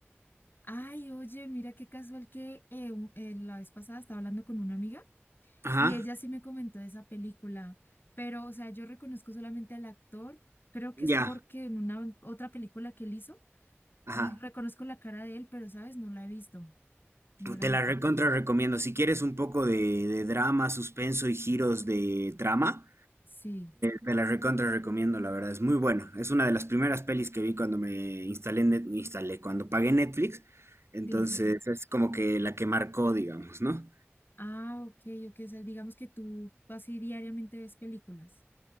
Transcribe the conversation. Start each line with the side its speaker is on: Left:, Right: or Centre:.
Left: Ay, oye, mira qué casual que eh, un- eh, la vez pasada estaba hablando con una amiga.
Right: Ajá,
Left: Y ella sí me comentó de esa película, pero, o sea, yo reconozco solamente al actor, creo que
Right: ya,
Left: es porque en una otra película que él hizo,
Right: ajá.
Left: l- reconozco la cara de él, pero, ¿sabes? No la he visto, no la
Right: Te
Left: he visto.
Right: la recontra recomiendo. Si quieres un poco de, de drama, suspenso y giros de trama,
Left: Sí,
Right: te la recontra recomiendo, la verdad. Es muy buena. Es una de las primeras pelis que vi cuando me instalé, en Net- instalé, cuando pagué Netflix. Entonces
Left: sí, sí, sí.
Right: es como que la que marcó, digamos, ¿no?
Left: Ah, ok, ok, o sea, digamos que tú así diariamente ves películas,